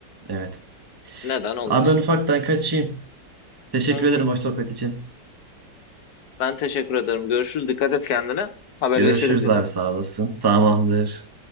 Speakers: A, on the right; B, on the left.
A: Evet.
B: Neden olmasın?
A: Abi ben ufaktan kaçayım. Teşekkür
B: Hı hı.
A: ederim hoş sohbet için.
B: Ben teşekkür ederim. Görüşürüz. Dikkat et kendine. Haberleşiriz
A: Görüşürüz
B: yine.
A: abi sağ olasın. Tamamdır.